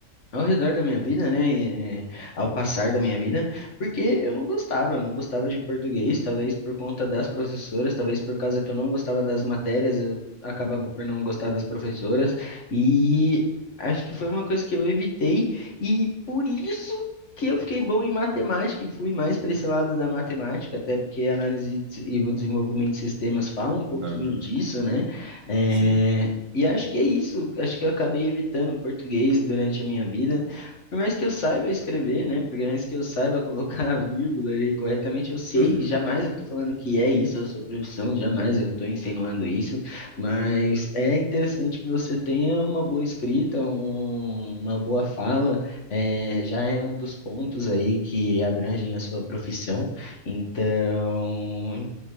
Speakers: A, on the left; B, on the right.
A: ao redor da minha vida, né, e, eh, ao passar da minha vida, porque eu não gostava, eu não gostava de português, talvez por conta das professoras, talvez por causa que eu não gostava das matérias, eu acabava por não gostar das professoras, e acho que foi uma coisa que eu evitei, e por isso que eu fiquei bom em matemática e fui mais para esse lado da matemática, até porque a análise e o desenvolvimento de sistemas falam um pouquinho
B: Aham,
A: disso, né? eh,
B: Sim.
A: e acho que é isso. Acho que eu acabei evitando o português durante a minha vida. Por mais que eu saiba escrever, né? Por mais que eu saiba <laughs> colocar a vírgula ali corretamente, eu sei,
B: Aham.
A: jamais eu tô falando que é isso a sua profissão, jamais eu tô insinuando isso, mas é interessante que você tenha uma boa escrita, um- uma boa fala, é, já é um dos pontos aí que abrangem a sua profissão. Então,